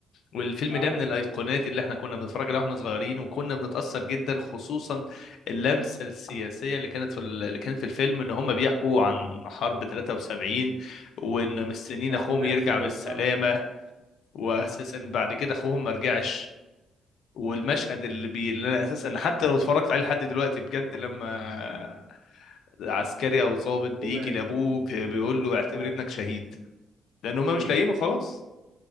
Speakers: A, on the left; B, on the right.
A: والفيلم
B: اه
A: ده من الايقونات اللي احنا كنا بنتفرج عليها واحنا صغيرين وكنا بنتاثر جدا خصوصا اللمسه السياسيه اللي كانت في ال- اللي كانت في الفيلم ان هم بيحكوا عن حرب 73 وان مستنيين
B: اه
A: اخوهم
B: النكسه
A: يرجع
B: والحرب
A: بالسلامه واساسا بعد كده اخوهم ما رجعش والمشهد اللي بي اللي انا اساسا حتى لو اتفرجت عليه لحد دلوقتي بجد لما عسكري او ضابط
B: الحكومات
A: بيجي لابوه بي- بيقول له اعتبر
B: اه
A: ابنك شهيد لان هما
B: امم
A: مش لاقيينه خلاص